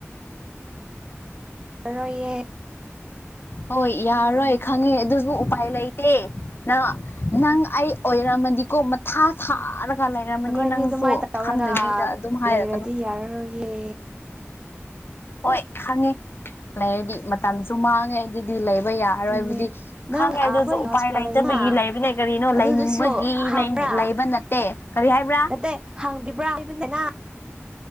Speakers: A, on the right (about 20°); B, on the left (about 50°).
A: ꯑꯣ ꯏ
B: ꯍ ꯏꯔꯣꯏ ꯈꯪꯉꯦ ꯑꯗꯨꯁꯨ ꯎꯄꯥꯏ ꯂꯩꯇꯦ ꯅ ꯅꯪ ꯑꯩ ꯑꯣꯏꯔꯝꯃꯗꯤꯀꯣ ꯃꯊꯥ ꯊꯔ ꯀ ꯂꯩꯔꯝꯃꯅꯤ
A: ꯅꯈꯣꯏꯅꯤ
B: ꯅꯪꯁꯨ
A: ꯑꯗꯨꯃꯥꯏꯅ ꯇꯧꯔꯒ
B: ꯈꯪꯗꯕꯤꯗ ꯑꯗꯨꯝ ꯍꯥꯏꯔꯛꯀꯅꯨ
A: ꯂꯩꯔꯗꯤ ꯌꯥꯔꯔꯣꯏꯌꯦ
B: ꯍꯣꯏ ꯈꯪꯉꯦ ꯂꯩꯔꯗꯤ ꯃꯇꯝꯁꯨ ꯃꯥꯡꯉꯦ ꯑꯗꯨꯗꯤ ꯂꯩ ꯌꯥꯔꯣꯏꯕꯗꯤ
A: ꯑꯗꯨꯅꯦ ꯅꯪ
B: ꯈꯪꯉꯦ ꯑꯗꯨꯁꯨ
A: ꯑꯩꯈꯣꯏ
B: ꯎꯄꯥꯏ
A: ꯍꯣꯁꯄꯤꯇꯥꯜ
B: ꯂꯩꯇꯕꯒꯤ
A: ꯂꯩꯅ
B: ꯂꯩꯕꯅꯦ ꯀꯔꯤꯅꯣ
A: ꯑꯗꯨꯗꯁꯨ
B: ꯂꯩꯅꯤꯡꯕꯒꯤ
A: ꯍꯥꯡꯕ꯭ꯔꯥ
B: ꯂꯩ ꯂꯩꯕ ꯅꯠꯇꯦ ꯀꯔꯤ ꯍꯥꯏꯕ꯭ꯔꯥ
A: ꯅꯠꯇꯦ ꯍꯪꯕꯤꯕ꯭ꯔꯥ ꯍꯥꯏꯕꯅꯤꯅ